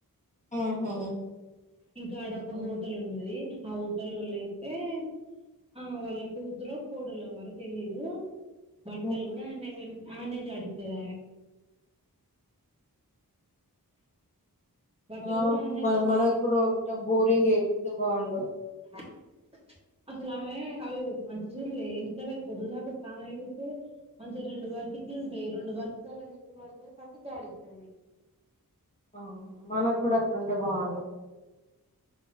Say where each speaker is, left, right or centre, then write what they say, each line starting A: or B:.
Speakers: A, on the left; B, on the right.
A: ఆహా.
B: ఇంకా అడ ఒక హోటల్ ఉన్నది ఆ హోటలోళ్ళు అయితే. ఆ వాళ్ళ కూతురో కోడలో మరి తెలీదు బట్టలు
A: ఉమ్,
B: కూడా అన్న అన్న జాడిత్తది బట్టలగూడ
A: ఆ
B: అన్నే
A: మ మనకు కూడా ఒకట బోరింగ్ ఏపిత్తే బాగుండు
B: <unintelligible> అసలు ఆ అవి మంచి నీల్ ఎక పొదునదాక కాయబెట్టి మంచి రెండు వ ట్లు ఉంటయి రెండు బక్సలా నింపడుతు జాడిత్తయ్
A: ఆ మనకు గూడా అట్లుంటే బాగుండు